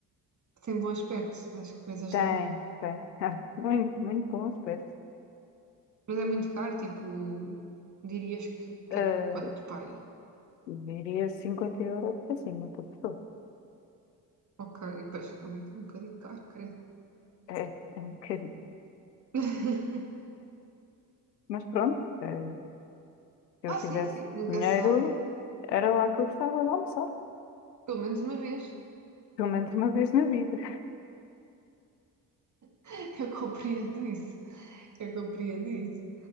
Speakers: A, on the right; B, on the left.
A: tem bom aspecto as coisas
B: Tem,
A: lá.
B: tem. <laughs> Ah, Muito, muito bons preços.
A: Mas é muito caro, tipo, dirias que, que
B: Ah,
A: é quanto, pai?
B: diria cinquenta euros para cima por pessoa.
A: Ok, e depois realmente é um bocadinho caro, creio.
B: É, é um bocadinho.
A: <laughs>
B: Mas pronto, eh, se
A: Ah,
B: eu tivesse
A: sim, sim, nunca
B: dinheiro,
A: se sabe.
B: era lá que eu gostava de almoçar.
A: Pelo menos uma vez.
B: Pelo menos uma vez na vida.
A: <laughs> Eu compreendo isso. Eu compreendo isso.